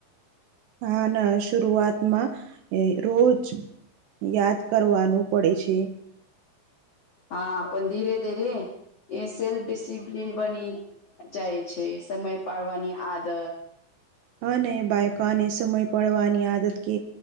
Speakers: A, on the right (about 75°); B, on the left (about 60°).
A: હા ના શરઆતમાં એ રોજ યાદ કરવાનું પડે છે.
B: હા પણ ધીરે ધી રે એ સેલ્ફ ડિસિપ્લિન બની જાય છે, સમય પાડવાની આદત
A: હને બાાયકાને સમય પડવાની આદત કે